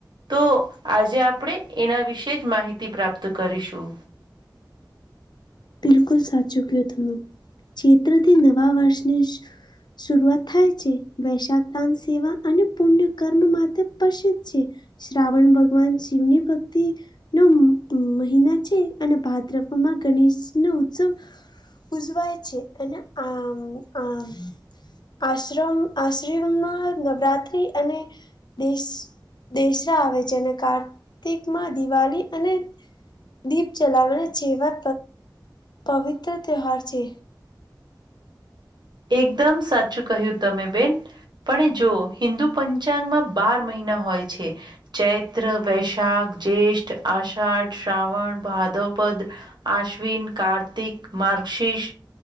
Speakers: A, on the right (about 70°); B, on the left (about 65°).
A: તો આજે આપણે એના વિશે જ માહિતી પ્રાપ્ત કરીશુ
B: બિલકુલ સાચું કયો તમે ચત્રથી નવા વર્ષની શરૂઆત થાય છે વૈશા તાન સેવા અને પુણ્ય કર્મ માટે પ્રસિદ્ધ છે. શ્રાવણ ભગવાન શિવની ભક્તિ. નો મહિના છે અને ભાદ્રમાં ગણેશ નો ઉત્સવ ઉજવાય છે અને આ આ આશ્રમ આશ્રમમાં નવરાત્રિ અને દ દેેશરા આવે જેને કાર્તિકમાં દિવાળી અને દીપ જલાવને જેવા પવિત્ર તહેવાાર છે.
A: એકદમ સાચું કહ્યું તમે બેન. પણ જો હિન્દુ પંચાંગમાં બાર મહિના હોય છે. ચૈત્ર વૈશાખ જેષ્ઠ આષાઢ શ્રાવણ ભાદવપદ્ર અશ્વિન કાર્તિક માક્ષીશ